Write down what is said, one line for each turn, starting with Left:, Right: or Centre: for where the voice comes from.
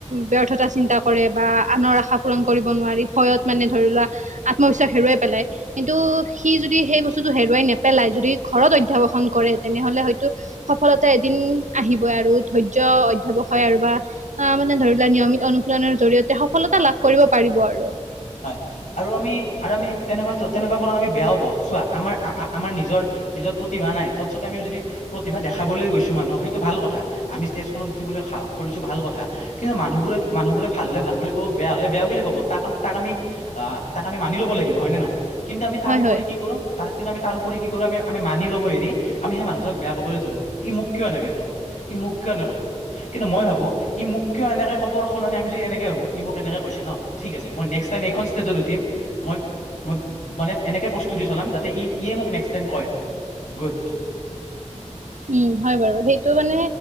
Right: ব্যৰ্থাতা চিন্তা কৰে বা আনৰ আশা পূৰণ কৰিব নোৱাৰি ভয়ত মানে ধৰি লোৱা আত্মবিশ্বাস হেৰুৱাই পেলাই কিন্তু সি যদি সেই বস্তুটো হেৰুৱাই নেপেলাই যদি ঘৰত অধ্যবসন কৰে তেনেহলে হয়তো সফলতাই এদিন আহিবই আৰু ধৈৰ্যয় অধ্যবসয় হয় আৰু বা অ মানে ধৰি লোৱা নিয়মিত অনু জৰিয়তে সফলতা লাভ কৰিব পাৰিব আৰু
Left: হয় আৰু আমি আৰু আমি তেনেকুৱা তেনেকুৱা ফলত আমি বেয়াও পাও চোৱা আমাৰ নিজৰ নিজৰ প্ৰতিভা নাই তৎসতে আমি যদি প্ৰতিভা দেখাবলৈ গৈছো মানুহক সেইটো ভাল কথা আমি ষ্টেজখনত উঠিবলৈ সাহস কৰিছো ভাল কথা কিন্তু মানুহবোৰ মানুবোৰে ভাল হলে ভাল কব বেয়া হলে বেয়া বুলি ক'ব তাক তাক আমি তাক আমি মানি ল'ব লাগিব হয় নে নহয় কিন্তু আমি তাৰ
Right: হয়
Left: বিপৰি
Right: হয়।
Left: কি কৰো তাৰ কিন্ত আমি তাৰ উপৰি কি কৰো আমি মানি লব এৰি আমি সেই মানুহজনক বেয়া পাবলৈ ধৰো ই মোক কিয় এনেকে ক'ব মোক এনেকে কব কিন্তু মই ভাবো ই মোক কিয় এনেকৈ কবৰ সলনি আমি যদি এনেকে ভাবো ই মোক এনেকে কৈছে ন ঠিক আছে মই নেক্স তাইম এইখন ষ্টেজত উঠিম মই - মই মানে এনেকে প্ৰস্তুত <unintelligible> চলাম যাতে ই ই মোক নেক্স টাইম কয় গুড
Right: উম হয় বাৰু সেইটো মানে